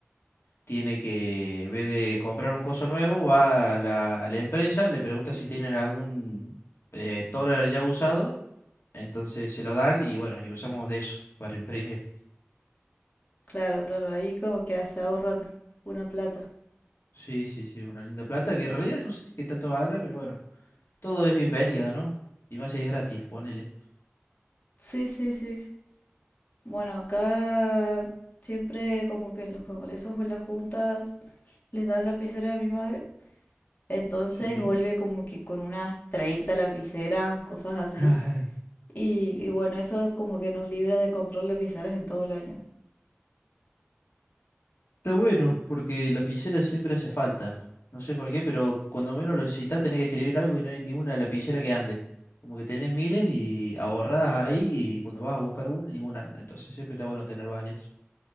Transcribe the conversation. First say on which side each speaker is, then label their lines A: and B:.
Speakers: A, on the left; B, on the left.
A: tiene que, en vez de comprar un coso nuevo, va a la, a la empresa, le pregunta si tienen algún eh, toner ya usado, entonces se lo dan y bueno, y usamos de eso para imprimir.
B: Claro, claro, ahí como que se ahorran una plata.
A: Sí, sí, sí, una linda plata que en realidad no sé qué tanto valdrá, pero bueno, todo es bienvenido, ¿no? Y más si es gratis, ponele.
B: Sí, sí, sí. Bueno, acá siempre como que en los congresos o en las juntas les dan lapicera a mi madre. Entonces
A: Sí.
B: vuelve como que con unas 30 lapiceras, cosas así.
A: <laughs>
B: Y, y bueno, eso como que nos libra de comprar lapiceras en todo el año.
A: Está bueno, porque lapicera siempre hace falta. No sé por qué, pero cuando menos lo necesitas tenés que escribir algo y no hay ninguna lapicera que ande. Como que tenés miles y ahorradas ahí y cuando vas a buscar una, ninguna anda. Entonces siempre está bueno tener varias